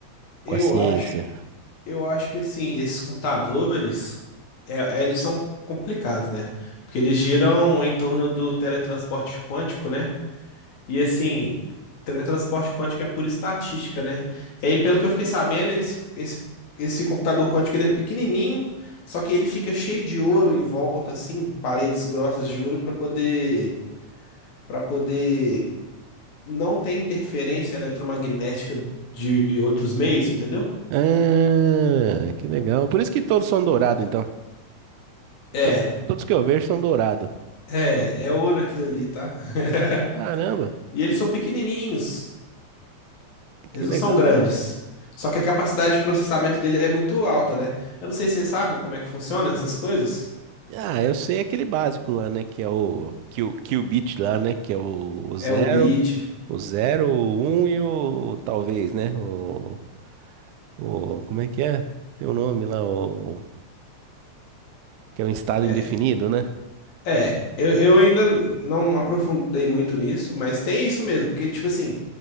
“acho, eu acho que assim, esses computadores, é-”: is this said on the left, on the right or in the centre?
Left